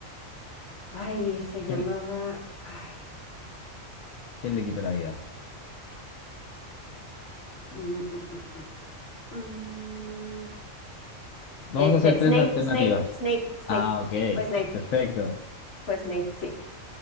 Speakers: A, on the left; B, on the left.
A: ay, se llamaba,
B: ¿Quién,
A: ay,
B: quién le quitó la vida?
A: mm, mm, mm, mm, mm.
B: Vamos
A: Este,
B: a hacer tres
A: Snape,
B: alternativas.
A: Snape, Snape, Snape.
B: Ah, ok.
A: Fue Snape,
B: Perfecto.
A: fue Snape, sí,